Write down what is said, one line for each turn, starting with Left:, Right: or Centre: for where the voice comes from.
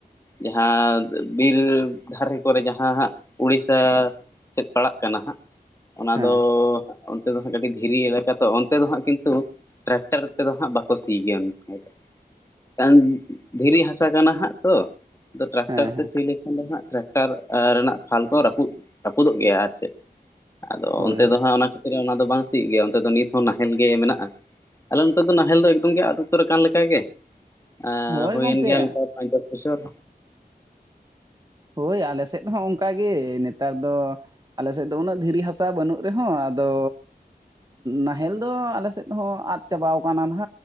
Left: ᱡᱟᱦᱟᱸ ᱵᱤᱨ ᱫᱷᱟᱨᱮ ᱠᱚᱨᱮ ᱡᱟᱦᱟᱸ ᱦᱟᱸᱜ ᱩᱲᱤᱥᱥᱟ ᱥᱮᱫ ᱯᱟᱲᱟᱜ ᱠᱟᱱᱟ ᱦᱟᱸᱜ ᱚᱱᱟ
Right: ᱦᱮᱸ
Left: ᱫᱚ ᱚᱱᱛᱮ ᱫᱚ ᱦᱟᱸᱜ ᱠᱟᱹᱴᱤᱡ ᱫᱷᱤᱨᱤ ᱮᱞᱟᱠᱟ, ᱛᱚ ᱚᱱᱛᱮ ᱫᱚ ᱦᱟᱸᱜ ᱠᱤᱱᱛᱩ ᱴᱨᱟᱠᱴᱟᱨ ᱛᱮᱫᱚ ᱦᱟᱸᱜ ᱵᱟᱠᱚ ᱥᱤ ᱜᱮᱭᱟ ᱢᱮᱱ ᱫᱚ, ᱠᱟᱨᱚᱱ ᱫᱷᱤᱨᱤ ᱦᱟᱥᱟ ᱠᱟᱱᱟ ᱦᱟᱸᱜ ᱛᱚ ᱴᱨᱟᱠᱴᱟᱨ
Right: ᱦᱮᱸ
Left: ᱛᱮ
Right: ᱦᱮᱸ
Left: ᱥᱤᱞᱮ ᱠᱷᱟᱱ ᱫᱚ ᱦᱟᱸᱜ ᱴᱨᱟᱠᱴᱟᱨ ᱨᱮᱱᱟᱜ ᱯᱷᱟᱞ ᱠᱚ ᱨᱟᱹᱯᱩᱫ ᱨᱟᱹᱯᱩᱫᱚᱜ ᱜᱮᱭᱟ ᱟᱨ ᱪᱮᱫ᱾ ᱟᱫᱚ
Right: ᱦᱳᱭ
Left: ᱚᱱᱛᱮ
Right: ᱦᱳᱭ
Left: ᱫᱚ ᱦᱟᱸᱜ ᱚᱱᱟ ᱠᱷᱟᱹᱛᱤᱨ ᱚᱱᱟ ᱫᱚ ᱵᱟᱝ ᱥᱤᱜ ᱜᱮᱭᱟ ᱚᱱᱛᱮ ᱫᱚ ᱱᱤᱛ ᱱᱟᱦᱮᱞ ᱜᱮ ᱢᱮᱱᱟᱜᱼᱟ᱾ ᱟᱞᱮ ᱱᱚᱛᱮ ᱫᱚ ᱱᱟᱦᱮᱞ ᱫᱚ ᱮᱠᱫᱚᱢ ᱜᱮ ᱟᱫ ᱩᱛᱟᱹᱨ ᱠᱟᱱ ᱞᱮᱠᱟᱜ ᱜᱮ᱾ ᱟᱨ
Right: ᱦᱳᱭ
Left: ᱦᱩᱭᱮᱱ
Right: ᱜᱚᱝᱠᱮ
Left: ᱜᱮᱭᱟ ᱚᱱᱠᱟ ᱯᱟᱸᱪ ᱫᱚᱥ ᱵᱚᱪᱷᱚᱨ᱾
Right: ᱦᱳᱭ ᱟᱞᱮ ᱥᱮᱫ ᱦᱚᱸ ᱚᱱᱠᱟ ᱜᱮ ᱱᱮᱛᱟᱨ ᱫᱚ, ᱟᱞᱮ ᱥᱮᱫ ᱫᱚ ᱩᱱᱟᱹᱜ ᱫᱷᱤᱨᱤ ᱦᱟᱥᱟ ᱵᱟᱹᱱᱩᱜ ᱨᱮᱦᱚᱸ ᱟᱫᱚ, ᱱᱟᱦᱮᱞ ᱫᱚ ᱟᱞᱮᱥᱮᱫ ᱦᱚᱸ ᱟᱫ ᱪᱟᱵᱟ ᱠᱟᱱᱟ ᱱᱟᱜ